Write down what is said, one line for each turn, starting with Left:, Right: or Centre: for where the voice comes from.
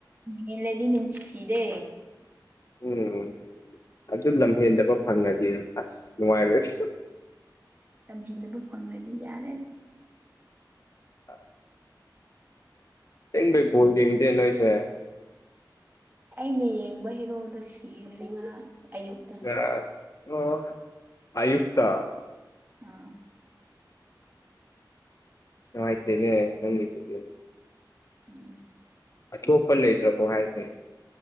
Right: ꯅꯤꯜꯂꯗꯤ ꯅꯨꯡꯁꯤꯗꯦ
Left: ꯎꯝ ꯑꯗꯨ ꯂꯝꯍꯦꯟꯗꯕ ꯐꯪꯂꯗꯤ ꯑꯁ ꯅꯨꯡꯉꯥꯏꯔꯣꯏꯁꯤ
Right: ꯍꯦꯟꯗꯕ ꯐꯪꯔꯗꯤ ꯌꯥꯔꯦ
Left: ꯑ ꯁꯦꯡꯕꯩ ꯀꯣꯜ ꯌꯦꯡꯗꯦ ꯅꯣꯏꯁꯦ
Right: ꯑꯩꯅ ꯌꯦꯡꯕ ꯍꯤꯔꯣꯗꯣ ꯁꯤꯈ꯭ꯔꯦ ꯉꯔꯥꯡ ꯑꯌꯨꯛꯇ
Left: ꯉꯔꯥꯡ ꯑꯣ ꯑꯌꯨꯛꯇꯛꯇ
Right: ꯑꯥ
Left: ꯅꯨꯡꯉꯥꯏꯇꯦꯅꯦ ꯅꯪꯒꯤꯗꯨꯗꯤ
Right: ꯎꯝ
Left: ꯑꯆꯣꯄꯔ ꯂꯦꯇ꯭ꯔꯄꯣ ꯍꯥꯏ ꯊ